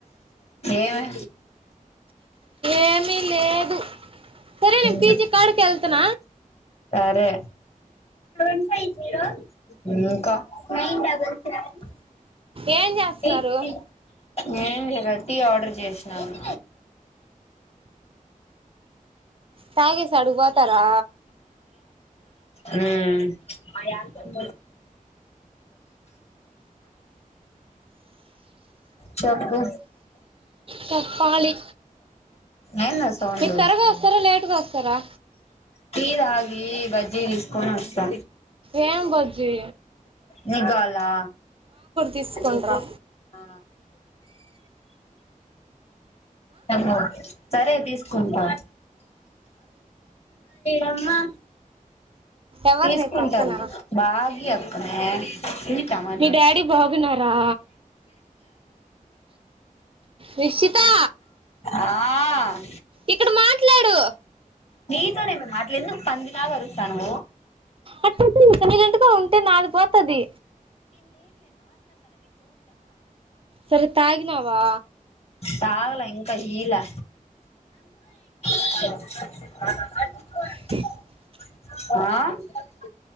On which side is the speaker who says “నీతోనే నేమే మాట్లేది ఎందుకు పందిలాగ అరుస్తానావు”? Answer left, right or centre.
Left